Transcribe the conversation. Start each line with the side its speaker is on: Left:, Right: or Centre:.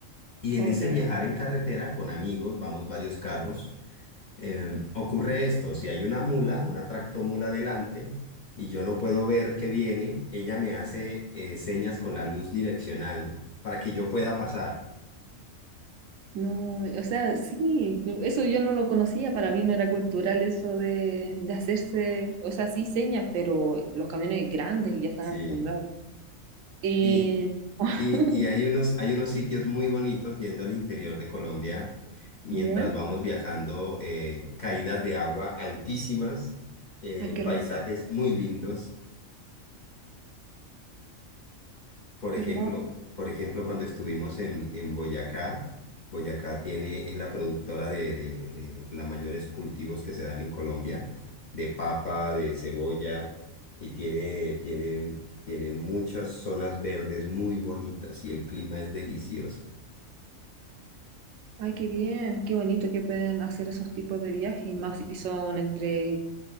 Left: Y en
Right: Oh,
Left: ese
Right: ya.
Left: viajar en carretera con amigos, vamos varios carros, eh, ocurre esto, si hay una mula, una tractomula delante, y yo no puedo ver que viene, ella me hace eh, señas con la luz direccional para que yo pueda pasar.
Right: No, o sea, sí, yo- eso yo no lo conocía, para mí no era cultural eso de, de hacerse, o sea, sí señas, pero los camiones grandes ya están
Left: Sí,
Right: acostumbrados. Y
Left: y,
Right: <laughs>
Left: y, y hay unos, hay unos sitios muy bonitos yendo al interior de Colombia mientras
Right: ya,
Left: vamos viajando, eh, caídas de agua altísimas, eh,
Right: ay, qué hermoso,
Left: paisajes muy lindos. Por
Right: qué
Left: ejemplo,
Right: hermoso.
Left: por ejemplo, cuando estuvimos en, en Boyacá, Boyacá tiene, es la productora de, de, de los mayores cultivos que se dan en Colombia, de papa, de cebolla, y tiene, tiene, tiene muchas zonas verdes muy bonitas y el clima es delicioso.
Right: Ay, qué bien, qué bonito que puedan hacer esos tipos de viajes, y más si son entre,